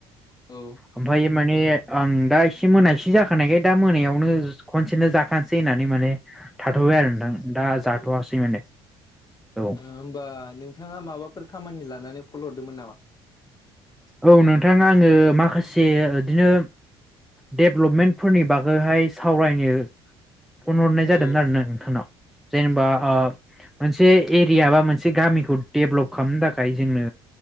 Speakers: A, on the left (about 30°); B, in the centre.
A: औ।
B: ओमफ्राय माने आं दा एसे मोनासे जाखा खानायखाय दा मोनायावनो ज खनसेनो जाखानोसै होन्नानै माने थाथ'बाय आरो नोंथां। दा जाथ'वासै
A: औ
B: माने औ
A: होमबा नोंथाङा माबाफोर खामानि लानानै कल हरदोंमोन नामा
B: औ नोंथाङा आङो माखासे बिदिनो डिभेलपमेन्टफोरनि बागैहाय सावरायनो फन हरनाय जादोंमोन
A: औ
B: आरो ना नोंथांनाव जेनेबा ओ मोनसे एरिया बा मोनसे एसे गामिखौ डेभलप खालामनो थाखाय जोंनो